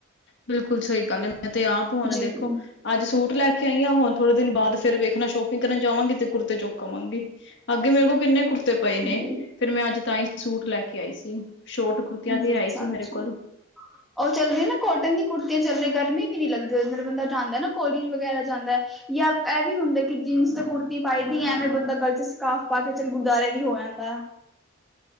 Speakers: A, on the left; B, in the centre.
A: ਬਿਲਕੁਲ ਸਹੀ ਗੱਲ ਏ। ਮੈਂ ਤੇ ਆਪ ਹੁਣ
B: ਜੀ,
A: ਦੇਖੋ
B: ਜੀ,
A: ਅੱਜ ਸੂਟ ਲੈ ਕੇ ਆਈ ਹਾਂ, ਹੁਣ ਥੋੜੇ ਦਿਨ ਬਾਦ ਫਿਰ ਵੇਖਣਾ ਸ਼ੋਪ ਪਿੰਗ ਕਰਨ ਜਾਵਾਂਗੀ ਤੇ ਕੁੜਤੇ ਚੁੱਕ ਆਵਾਂਗੀ, ਅੱਗੇ ਮੇਰੇ ਕੋਲ ਕਿੰਨੇ ਕੁੜਤੇ ਪਏ
B: ਜੀ,
A: ਨੇ, ਫੇਰ ਮੈਂ ਅੱਜ ਤਾਂ ਹੀ ਸੂਟ ਲੈ ਕੇ ਆਈ ਸੀ। ਸ਼ੋਟ ਕੁੁਰਤੀਆਂ ਤੇ
B: ਜੀ,
A: ਹੈ
B: ਅੱਛਾ,
A: ਈ ਸੀ ਮੇਰੇ
B: ਅੱਛਾ।
A: ਕੋਲ <inaudible>
B: ਉਹ ਚੱਲ ਰੀ ਨਾ ਕੋਟਨ ਦੀ ਕੁੜਤੀਆਂ ਚੱਲ ਰਹੀਆਂ, ਗਰਮੀ ਵੀ ਨਹੀਂ ਲੱਗਦੀ ਔਦੇ ਅੰਦਰ, ਬੰਦਾ ਜਾਂਦਾ ਨਾ ਕੋਲੇਜ ਵਗੈਰਾ ਜਾਂਦਾ ਜਾਂ ਇਹ ਵੀ ਹੁੰਦੇ ਕਿ ਜੀਨਸ ਤੇ ਕੁੜਤੀ ਪਾਈ ਦੀ, ਐਵੇਂ ਬੰਦਾ ਗਲ ਚ ਸਕਾਫ਼ ਪਾ ਕੇ ਚੱਲ ਗੁਰਦੁਆਾਰੇ ਵੀ ਹੋ ਆਂਦਾ ਆ।
A: <inaudible>